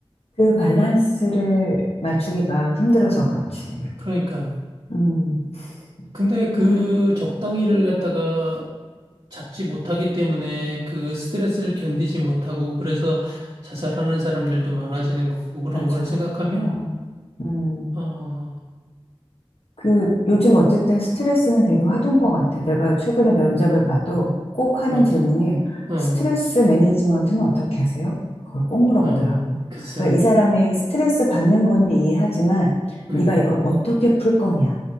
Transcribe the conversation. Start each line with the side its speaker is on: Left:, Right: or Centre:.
Left: 그 밸런스를 맞추기가 힘들어서 그렇지.
Right: 그러니까.
Left: 음,
Right: 근데 그
Left: 음,
Right: 적당히를 갖다가 잡지 못하기 때문에 그 스트레스를 견디지 못하고 그래서 자살하는 사람들도 많아지는 거고 그런
Left: 맞아.
Right: 걸 생각하면,
Left: 어, 음.
Right: 아,
Left: 그 요즘 어쨌든 스트레스는 되게 화두인 것 같아. 내가 최근에 면접을 봐도 꼭 하는
Right: 맞아.
Left: 질문이
Right: 어,
Left: 스트레스 매니지먼트는 어떻게 하세요? 그걸 꼭 물어보더라고.
Right: 어, 글쎄.
Left: 그러니까 이 사람이 스트레스 받는 건 이해하지만
Right: 음,
Left: 네가 이걸 어떻게 풀 거냐.